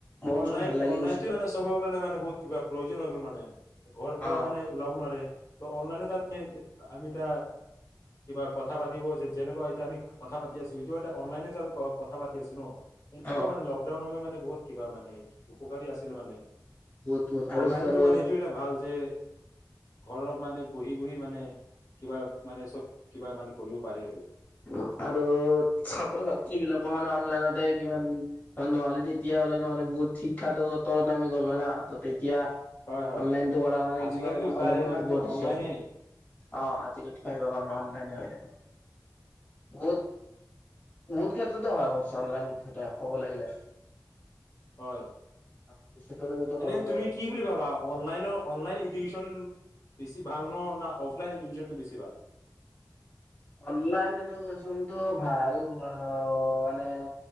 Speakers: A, on the left (about 25°); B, on the left (about 50°).
A: মন
B: অনলাইন
A: চন ভাল লাগি
B: অনলাইনটোৱে
A: গৈছিল।
B: মানে চবৰ কাৰণে মানে বহত কিবা প্ৰয়োজন হৈ গ'ল মানে, ঘৰ পৰা
A: অ
B: মানে ওলাব নোৱাৰে ত' অনলাইন <unintelligible> আমি তা কিবা কথা পাতিব যে যেনেকুৱা এতিয়া আমি কথা পাতি আছো এইটো এটা অনলাইনতে আমি কথা পাতি আছো ন? এনেকুৱা
A: অ
B: মানে লকডাউন সময় মানে বহুত কিবা মানে এই উপকাৰী আছিল মানে,
A: বহুত বহুত আৰু
B: অনলাইনটো
A: আৰু
B: মানে এইটো এটা ভাল যে ঘৰৰ মানে বহি বহি মানে কিবা মানে চব কিবা মানে কৰিব পাৰে আৰু।
A: অ আৰু ছাত্ৰ - ছাত্ৰীবিলাকো মানে অনলাইনতে কিমান খন নহলে তেতিয়া হলে নহ'লে বহুত শিক্ষাটো তলত নামি গল হয় না ত তেতিয়া
B: হয় হয়
A: অনলাইনটো কৰা কাৰণে
B: আজিকালিতো
A: কিমান
B: প্ৰায়ভাগতো
A: অলপমান উভতিছে,
B: অনলাইনেই
A: অ' আজিকালি। প্ৰায় ভাগৰ নাম নাই নহয় এতিয়াতে, <unintelligible> বহুত ক্ষেত্ৰতে হয় <unintelligible> অনলাইন <unintelligible> ক'ব লাগিলে।
B: হয়,
A: ভৱিষ্যতলৈকেতো কৰিবই।
B: এনেও তুমি কি বুলি ভাবা অনলাইনৰ অনলাইন এডুকেশ্যন বেছি ভাল ন না অফলাইন এডুকেশ্যনটো বেছি ভাল?
A: অনলাইন এডুকেশ্যনটো ভাল অ' মানে